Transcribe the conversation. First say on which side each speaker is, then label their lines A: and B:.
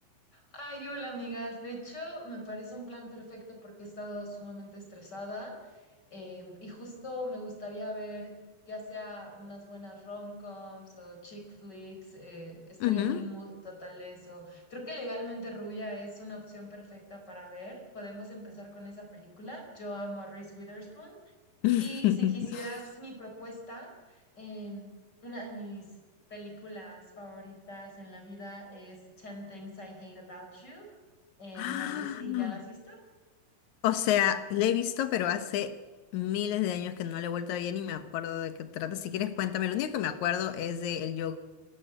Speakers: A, on the left; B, on the left.
A: Ay, hola amigas, De hecho, me parece un plan perfecto porque he estado sumamente estresada em, y justo me gustaría ver ya sea unas buenas rom-coms o chick flicks. eh, estoy
B: Ujú,
A: en un mood total de eso. Creo que Legalmente Rubia es una opción perfecta para ver. Podemos empezar con esa película. Yo amo a Reese Witherspoon
B: ujú.
A: y si quisieras
B: <laughs>
A: mi propuesta, em, una de mis películas favoritas en la vida es Ten Things I Hate About You. Em,
B: <gasps>
A: no sé si ya la has visto.
B: O sea, le he visto, pero hace miles de años que no le he vuelto a ver y me acuerdo de qué trata. Si quieres, cuéntame. Lo único que me acuerdo es de el Joker,